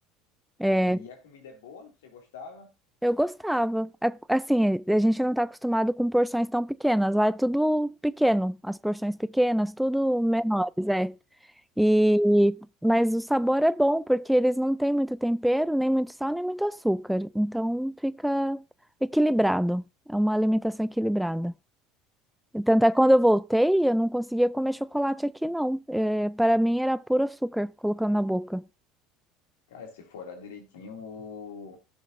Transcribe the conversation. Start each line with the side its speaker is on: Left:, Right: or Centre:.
Centre: É,
Left: E a comida é boa, você gostava?
Centre: eu gostava. A- Assim, a gente não tá acostumado com porções tão pequenas. Lá é tudo pequeno, as porções pequenas, tudo menores, é. E, mas o sabor é bom, porque eles não têm muito tempero, nem muito sal, nem muito açúcar. Então fica equilibrado. É uma alimentação equilibrada. E Tanto é que quando eu voltei, eu não conseguia comer chocolate aqui, não. É, para mim era puro açúcar colocando na boca.
Left: Cara, se for lá direitinho, o,